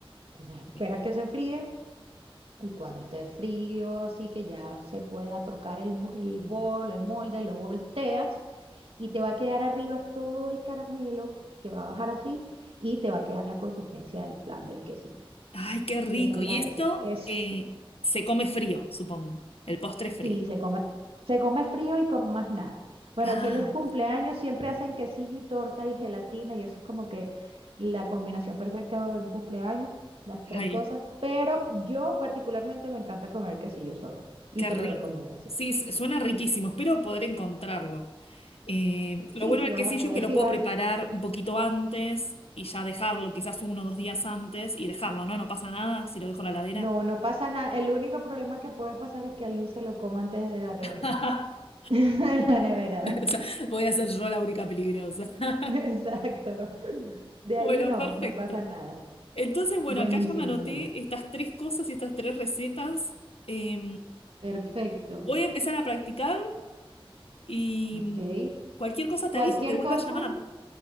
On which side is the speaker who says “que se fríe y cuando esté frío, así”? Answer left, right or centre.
Right